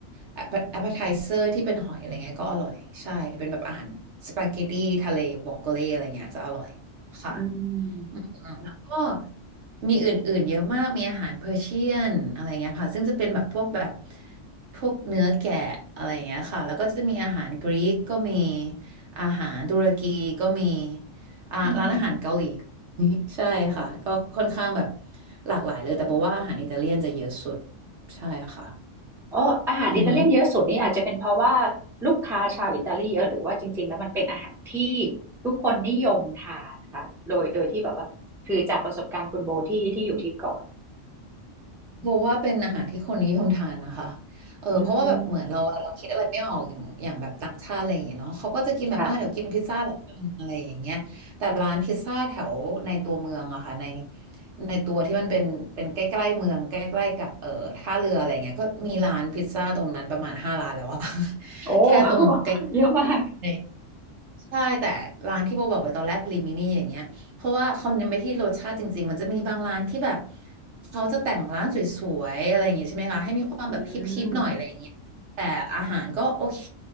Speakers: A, on the right; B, in the centre.
A: แอปเปอร์ไทเซอร์ที่เป็นหอยอะไรเงี้ยก็อร่อยใช่เป็นแบบอาหารสปาเกตตี้ทะเลวองโกเลอะไรเงี้ยจะอร่อยค่ะ
B: อืม
A: อืมแล้วก็มีอื่นๆเยอะมากมีอาหารเปอร์เชียนอะไรเงี้ยค่ะซึ่งจะเป็นแบบพวกแบบพวกเนื้อแกะอะไรเงี้ยค่ะแล้วก็จะมีอาหารกรีกก็มีอาหารตุรกีก็มีอ่าร้านอาหารเกาหลีก็มีใช่ค่ะก็ค่อนข้างแบบ
B: อืม
A: หลากหลายเลยแต่บอกว่าอาหารอิตาเลียนจะเยอะสุดใช่ค่ะ
B: เอออาหารอิตาเลียนเยอะสุดนี่อาจจะเป็นเพราะว่า
A: อือฮึ
B: ลูกค้าชาวอิตาลีเยอะหรือว่าจริงๆแล้วมันเป็นอาหารที่ทุกคนนิยมทานนะคะโดยโดยที่แบบว่าคือจากประสบการณ์คุณโบที่ที่อยู่ที่เก่อน
A: โบว่าเป็นอาหารที่คนนิยมทานนะคะเออเพราะว่าแบบเหมือนเราเราเราคิดอะไรไม่ออกอย่างอย่างแบบต่างชาติอะไรอย่างเงี้ยเนาะเขาก็จะกินแบบอ่ะเดี๋ยวกินพิซซ่าละกันอะไรอย่างเงี้ยแต่ร้านพิซซ่าแถวในตัวเมืองอะค่ะใน
B: อืมค่ะ
A: ในตัวที่มันเป็นเป็นใกล้ๆเมืองใกล้ๆกับเออท่าเรืออะไรเงี้ยก็มีร้านพิซซ่าตรงนั้นประมาณห้าร้านแล้วอะ <laughs>
B: โอ้
A: แค่ตรงใกล้
B: <laughs> เยอะมาก
A: ๆใช่แต่ร้านที่โบบอกไปตอนแรกลิมินี่อย่างเงี้ย เพราะว่าเขาเน้นไปที่รสชาติจริงๆ มันจะมีบางร้านที่แบบเขาจะแต่งร้านสวยๆอะไรอย่างงี้ใช่ไหมคะให้มีความแบบฮิปๆหน่อยอะไรอย่างเงี้ยแต่อาหารก็โอเค
B: อืม